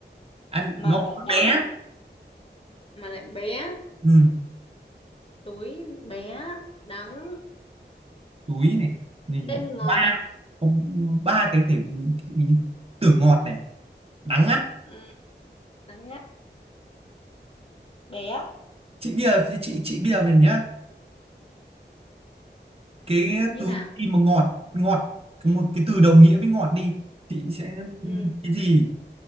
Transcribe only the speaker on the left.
mà
lại
đắng
mà lại bé
túi bé đắng
tên ngọt
Ừ, Đắng ngắt. bé
Như
nào?
ừ.
ừ.